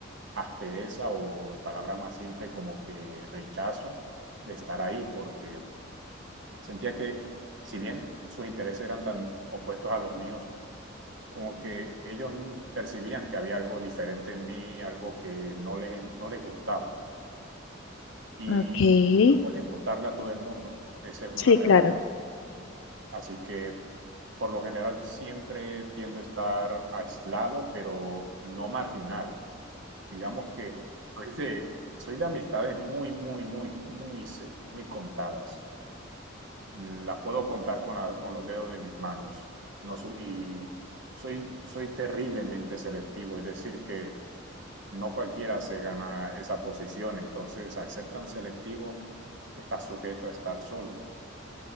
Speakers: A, on the right (about 65°); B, on the left (about 75°).
A: aspereza o, en palabras más simples, como que rechazo de estar ahí porque sentía que si bien sus intereses eran tan opuestos a los míos, como que ellos percibían que había algo diferente en mí, algo que no les, no les gustaba. Y
B: ok.
A: no puedes gustarle a todo el mundo, esa es una
B: Sí,
A: realidad.
B: claro.
A: Así que por lo general siempre tiendo a estar aislado, pero no marginado. Digamos que soy de, soy de amistades muy, muy, muy, muy, se- muy contadas. Mm, Las puedo contar con, la- con los dedos de mis manos. No su- y soy, soy terriblemente selectivo, es decir, que no cualquiera se gana esa posición, entonces al ser tan selectivo, estás sujeto a estar solo.